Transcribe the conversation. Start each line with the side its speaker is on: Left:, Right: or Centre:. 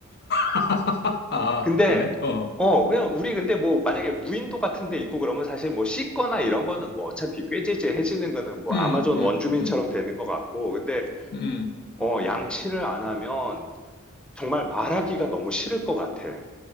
Left: <laughs> 아,
Centre: 근데
Left: 그래? 어.
Centre: 어 그냥 우리 근데 뭐 만약에 무인도 같은 데 있고 그러면 사실 뭐 씻거나 이런 거는 뭐 어차피 꾀지지해지는 거는 뭐
Left: 음,
Centre: 아마존
Left: 음,
Centre: 원주민처럼
Left: 음,
Centre: 되는 것 같고 근데
Left: 음.
Centre: 어 양치를 안 하면 정말 말하기가 너무 싫을 것 같아.